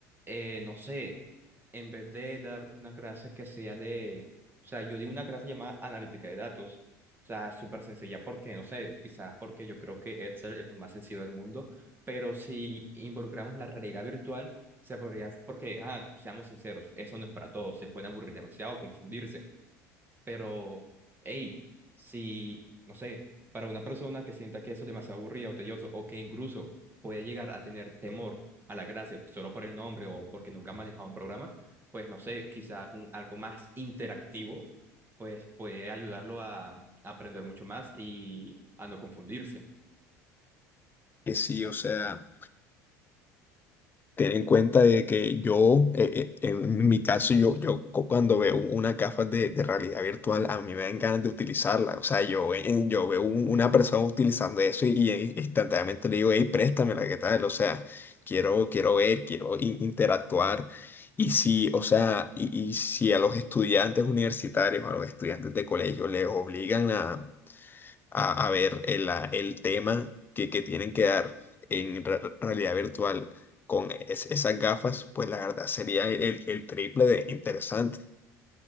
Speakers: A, on the right (about 25°); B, on the left (about 25°).
A: Eh, no sé, en vez de dar una clase que sea de, o sea, yo di una clase llamada analítica de datos. O sea, súper sencilla porque, no sé, quizás porque yo creo que Excel es lo más sencillo del mundo, pero si involucramos la realidad virtual, se podría, porque, ah, seamos sinceros, eso no es para todos, se pueden aburrir demasiado, confundirse. Pero, hey, si, no sé, para una persona que sienta que eso es demasiado aburrido o tedioso, o que incluso puede llegar a tener temor a la gracia solo por el nombre o porque nunca ha manejado un programa, pues no sé, quizás un- algo más interactivo, pues puede ayudarlo a aprender mucho más y a no confundirse.
B: que sí, o sea. Ten en cuenta de que yo, eh, eh, en mi caso, yo, yo cu- cuando veo una gafas de, de realidad virtual, a mí me dan ganas de utilizarla. O sea, yo, eh, yo veo un- una persona utilizando eso y, y, eh, instantáneamente le digo, hey, préstamela, ¿qué tal? O sea, quiero, quiero ver, quiero in- interactuar. Y si, o sea, y, y si a los estudiantes universitarios, a los estudiantes de colegio les obligan a a, a ver el, la- el tema que, que tienen que dar en re- realidad virtual con es- esas gafas, pues la verdad sería el, el triple de interesante.